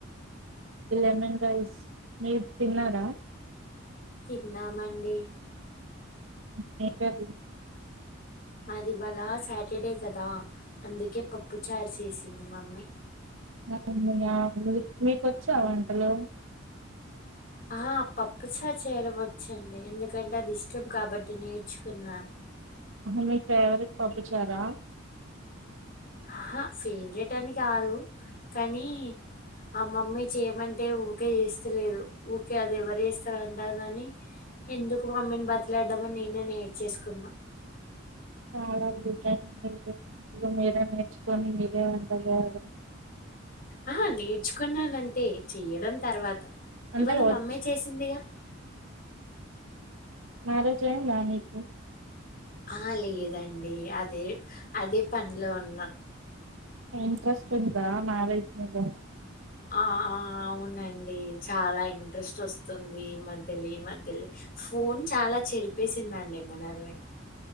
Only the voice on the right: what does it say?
లెమన్ రైస్ మీరు తిన్నారా
మీదేం కర్రీ
అ మీ మ మీకొచ్చా వంటలు
మీ ఫేవరెట్ పప్పు చారా
చాలా గుడ్డండి మీరు మీరే నేర్చుకొని మీరే వండగలరు.
అంటే
వచ్చు
మ్యారేజ్ అయ్యిందా నీకు
ఇంట్రెస్ట్ ఉందా మ్యారేజ్ మీద